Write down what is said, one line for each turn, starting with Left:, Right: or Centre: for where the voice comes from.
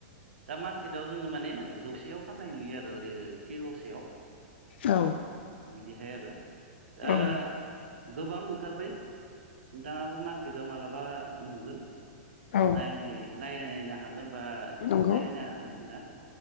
Right: दा मार्केटआव जोङो माने जौसेयाव फाननाय नुयो आरो। केल'सेयाव
Left: औ
Right: बिदिहाय आरो दा
Left: औ
Right: गोबां ओंखारबाय नोंथाङाबो मार्केटआव मालाबा नुगोन
Left: औ
Right: नायनायनो हागोन बा
Left: नंगौ
Right: सोंनाय नायनो हागोन नोंथाङा।